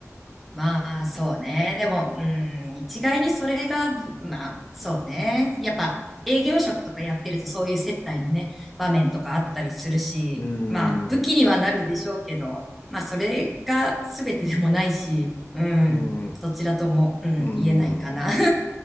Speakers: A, in the centre; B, on the left.
A: まあ、そうね。でも、うん、一概にそれが、まあ、そうね。やっぱ、営業職とかやってるとそういう接待のね、場面とかあったりするし、
B: うー
A: まあ、武器にはなるでしょうけど、
B: ん。
A: まあ、それが全てでもないし、うん、
B: うーん。う
A: どちらとも、うん、
B: ーん。
A: 言えないかな。<laughs>